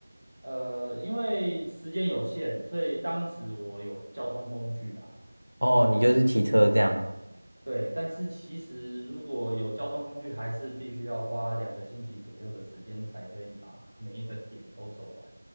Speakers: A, on the right; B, on the left.
A: 呃，因为时间有限，所以当时我有交通工具啦。
B: 哦，
A: 对
B: 你就是骑车这样。
A: 对，但是其实如果有交通工具，还是必须要花两个星期左右的时间才可以把每一个点都走完，